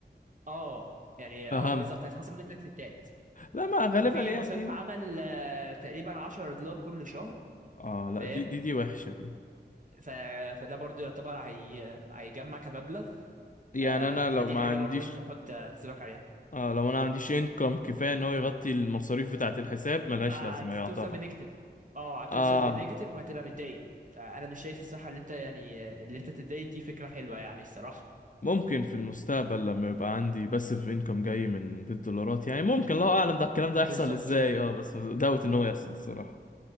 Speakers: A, on the right; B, on the left.
A: اه يعني
B: فهمت
A: اه بالظبط هيتخصم منك ستات
B: لا ما غالبا
A: وفي
B: يعني
A: مصاريف عمل آه، تقريبا 10 دولار كل شهر
B: اه لا
A: فاهم
B: دي دي دي وحشة دي
A: ف... فده برضو يعتبر هي... هيجمع كمبلغ
B: يعني
A: ف...
B: انا لو
A: فدي
B: ما
A: حاجة
B: عنديش
A: برضو لازم تحط آه، حسابك عليها
B: اه لو انا ما عنديش انكم كفاية ان هو يغطي المصاريف بتاعة الحساب ملهاش
A: هتوصل
B: لازمة يعتبر
A: بالنيجاتيف اه هتوصل
B: اه
A: بالنيجاتيف وهتبقى متدين فأنا مش شايف الصراحة اللي انت يعني آه، اللي انت تتدين دي فكرة حلوة يعني الصراحة
B: ممكن في المستقبل لما يبقى عندي باسيف انكم جاي من بالدولارات يعني ممكن الله اعلم ده الكلام ده
A: بالظبط
B: يحصل ازاي اه بس دوت ان هو يحصل الصراحه